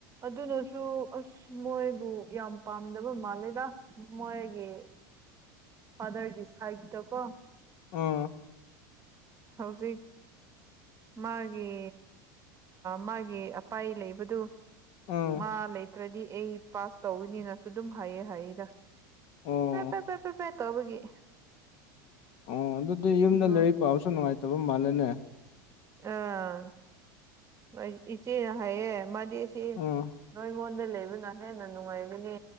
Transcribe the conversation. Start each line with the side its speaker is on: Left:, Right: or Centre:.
Right: ꯑꯗꯨꯅꯁꯨ ꯑ ꯃꯣꯏꯕꯨ ꯌꯥꯝ ꯄꯥꯝꯗꯕ ꯃꯥꯜꯂꯦꯗ ꯃꯣꯏꯒꯤ ꯐꯗꯔꯒꯤ ꯁꯥꯍꯤꯇ ꯀꯣ
Left: ꯑꯣ
Right: ꯍꯧꯖꯤꯛ ꯃꯥꯒꯤ ꯃꯥꯒꯤ ꯑꯄꯥꯏ ꯂꯩꯕꯗꯨ
Left: ꯑꯥ
Right: ꯃꯥ ꯂꯩꯇ꯭ꯔꯗꯤ ꯑꯩ ꯄꯥꯁ ꯇꯧꯋꯅꯤꯅꯁꯨ ꯑꯗꯨꯝ ꯍꯥꯏꯌꯦ ꯍꯥꯏꯌꯦꯗ
Left: ꯑꯣ
Right: ꯄꯦꯄꯔ ꯄꯦꯄꯔ ꯄꯦ ꯇꯧꯕꯒꯤ
Left: ꯑꯣ ꯑꯗꯨꯗꯤ
Right: ꯑꯗꯨ
Left: ꯌꯨꯝꯗ ꯂꯩꯔꯤꯛ ꯄꯥꯕꯁꯨ ꯅꯨꯡꯉꯥꯏꯇꯕ ꯃꯥꯜꯂꯦꯅꯦ
Right: ꯑꯥ ꯏꯆꯦꯅ ꯍꯥꯏꯌꯦꯦ ꯃꯥꯗꯤ ꯁꯤꯣꯏ
Left: ꯑꯥ
Right: ꯑꯩꯉꯣꯟꯗ ꯂꯩꯕꯅ ꯍꯦꯟꯅ ꯅꯨꯡꯉꯥꯏꯒꯅꯤ